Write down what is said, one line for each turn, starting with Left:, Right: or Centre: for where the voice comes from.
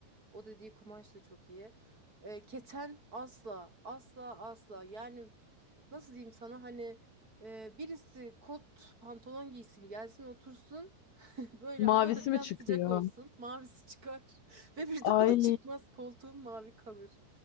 Right: O dediği kumaş da çok iyi. E, keten asla asla asla. Yani nasıl diyeyim sana hani e, birisi kot pantolon giysin gelsin otursun. Böyle
Left: Mavisi
Right: havada biraz
Left: mi çıkıyor?
Right: sıcak olsun. Mavisi çıkar. <laughs> Ve bir
Left: Ay.
Right: daha da çıkmaz. Koltuğun mavi kalır.